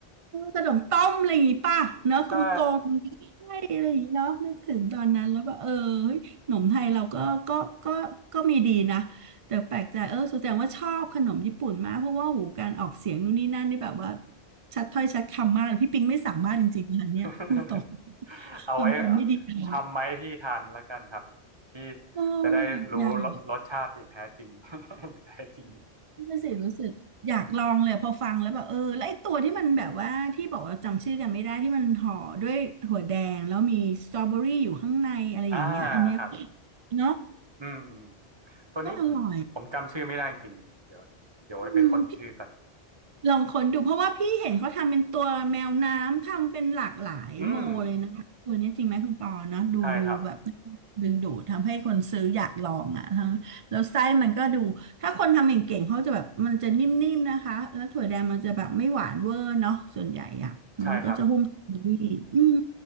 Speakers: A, on the right; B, on the right.
A: ขนมต้มอะไรอย่างงี้ป่ะเนอะกลมๆใช่อะไรอย่างงี้เนาะนึกถึงตอนนั้นแล้วว่าเออเฮ้ยขนมไทยเราก็ก็ก็ก็มีดีนะ
B: <laughs> ใช่
A: แต่แปลกใจเออแสดงว่าชอบขนมญี่ปุ่นมากเพราะว่าหูการออกเสียงนู่นนี่นั่นนี่แบบว่าชัดถ้อยชัดคำมากพี่ปิงไม่สามารถจริงๆนะคะเนี่ยพูดตรง
B: <laughs> เอาไว้
A: ความจำไม่ดีพอ
B: ทำไหมพี่ทานละกันครับพี่
A: โอ้อยากอยาก
B: จะได้รู้รสรสชาติอย่างแท้จริง <laughs> อย่างแท้จริง
A: นี่นน่ะสิรู้สึกอยากลองเลยพอฟังแล้วแบบเออแล้วไอ้ตัวที่มันแบบว่าที่บอกว่าจำชื่อกันไม่ได้ที่มันห่อด้วยถั่วแดงแล้วมีสตรอเบอรี่อยู่ข้างในอะไรอย่างเงี้ยอันเนี้ย
B: อ่าครับ
A: เนาะ
B: อืมตัวนี้ผมผมจำชื่อไม่ได้จริงเดี๋ยวเดี๋ยวไว้ไปค้นชื่อกัน
A: ก็อร่อยอืม ลองค้นดูเพราะว่าพี่เห็นเขาทำเป็นตัวแมวน้ำทำเป็นหลากหลายโมเลยนะคะตัวนี้จริงไหมคุณปอเนาะดูดูแบบ
B: อืมใช่ครับ
A: ดึงดูดทำให้คนซื้ออยากลองอ่ะทั้งแล้วไส้มันก็ดูถ้าคนทำเก่งๆเขาจะแบบมันจะนิ่มๆนะคะแล้วถั่วแดงมันจะแบบไม่หวานเวอร์เนาะส่วนใหญ่อ่ะมันก็จะหุ้มสตรอเบอรี่อืม
B: ใช่ครับ